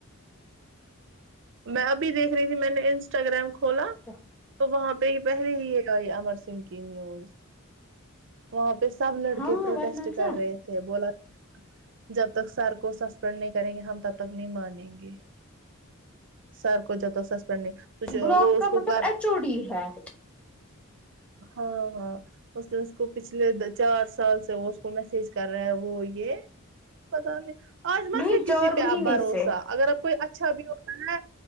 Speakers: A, on the right; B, in the centre.
A: میں ابھی دیکھ رہی تھی میں نے انسٹاگرام کھولا
B: کیا؟
A: تو وہاں پہ تو یہ پہلے ہی آ امر سنگھ کی نیوز وہاں پ پہ سب لڑکے
B: ہاں
A: پروٹیسٹ
B: ورنہ
A: کر
B: کیا
A: رہے تھے بولا جب تک سر کو سسپینڈ نہیں کریں گے ہم تب تک نہیں مانیں گے سر کو جب ت س کرنے تو جو
B: بلاک
A: وہ اس
B: کا
A: کو
B: مطلب
A: کر
B: ایچ او ڈی ہے
A: ہاں ہاں اس اس کو پچھلے چار سال سے وہ اس کو میسج کر رہا وہ یہ پت نہیں آج مت
B: نہیں
A: ہے کسی
B: چار
A: پہ آپ
B: مہینے
A: بھروسہ
B: سے
A: اگر آپ کوئی اچھا چھب ہو کا